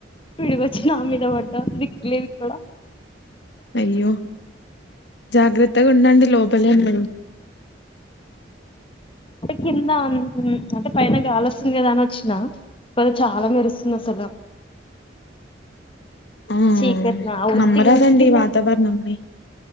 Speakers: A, on the left; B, on the left.
A: పిడుగోచ్చి నామీద పడ్డ దిక్కు లేదు ఇక్కడ
B: అయ్యో జాగ్రత్తగా ఉండడి లో లే ఉన్నరు
A: కిందా మ్ అంటే పైన గాలోస్తుంది కదా అని అ చ్చినా కద చాలా మెరుస్తుంది అసలు
B: ఆ
A: చీకట్న ఉత్తిగా
B: నమ్మరాదండి
A: ఉత్తినే
B: ఈ వాతావరణంని